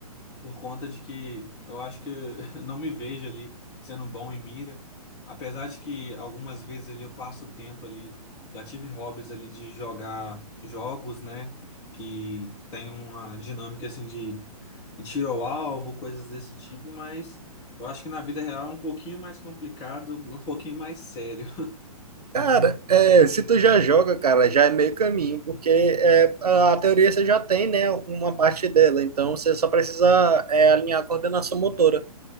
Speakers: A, on the left; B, on the right.
A: por conta de que eu acho que <laughs> eu não me vejo ali sendo bom em mira. Apesar de que algumas vezes ali eu passo o tempo ali, já tive hobbies ali de jogar jogos, né, que tem uma dinâmica assim de, de tiro ao alvo, coisas desse tipo, mas eu acho que na vida real é um pouquinho mais complicado, <laughs> um pouquinho mais sério.
B: Cara, é, se tu já joga, cara, já é meio caminho, porque é, a a teoria você já tem, né, uma parte dela, então você só precisa é, alinhar a coordenação motora.